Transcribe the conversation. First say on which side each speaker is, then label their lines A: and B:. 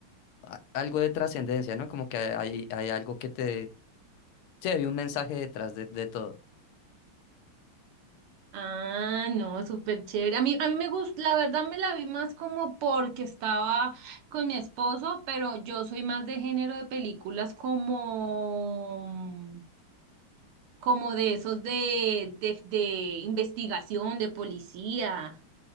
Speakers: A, on the left (about 85°); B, on the right (about 80°).
A: a- algo de trascendencia, ¿no? Como que hay, hay algo que te... Sí, hay un mensaje detrás de, de todo.
B: Ah, no, súper chévere. A mí, a mí me gusta, la verdad me la vi más como porque estaba con mi esposo, pero yo soy más de género de películas como, como de esos de, de, de investigación, de policía.